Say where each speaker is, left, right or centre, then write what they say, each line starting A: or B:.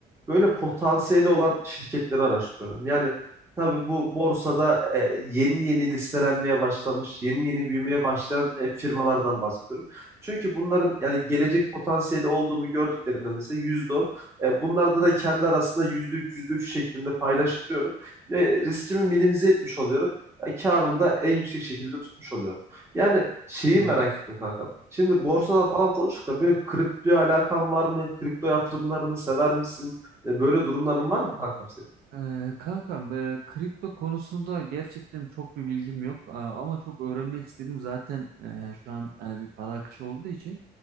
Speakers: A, on the right; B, on the right.
A: böyle potansiyeli olan şirketleri araştırıyorum. Yani tabii bu borsada e, yeni yeni listelenmeye başlamış, yeni yeni büyümeye başlayan e, firmalardan bahsediyorum. Çünkü bunların yani gelecek potansiyeli olduğunu gördüklerinde mesela %10, e, bunlarda da kendi arasında %3, %3 şeklinde paylaştırıyorum ve riskimi minimize etmiş oluyorum. E, Karımı da en yüksek şekilde tutmuş oluyorum. Yani şeyi
B: Anladım.
A: merak ettim kankam. Şimdi borsadan falan konuştuk da böyle kriptoya alakan var mı? Kripto yatırımlarını sever misin? E, Böyle durumların var mı kankam senin?
B: E, kankam e, kripto konusunda gerçekten çok bir bilgim yok E, ama çok öğrenmek istedim zaten e, şu an hani bir para akışı olduğu için